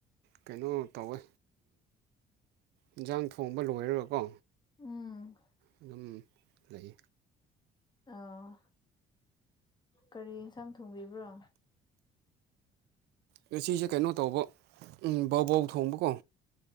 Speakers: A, on the right; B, on the left.
A: ꯀꯩꯅꯣ ꯇꯧꯋꯦ ꯌꯦꯟꯁꯥꯡ ꯊꯣꯡꯕ ꯂꯣꯏꯔꯒꯀꯣ
B: ꯎꯝ
A: ꯑꯗꯨꯝ ꯂꯩ
B: ꯑꯥ ꯀꯔꯤ ꯑꯦꯟꯁꯥꯡ ꯊꯣꯡꯕꯤꯕ꯭ꯔꯣ
A: ꯉ ꯁꯤꯁꯦ ꯀꯩꯅꯣ ꯇꯧꯕ ꯕꯧ ꯕꯧ ꯊꯣꯡꯕꯀꯣ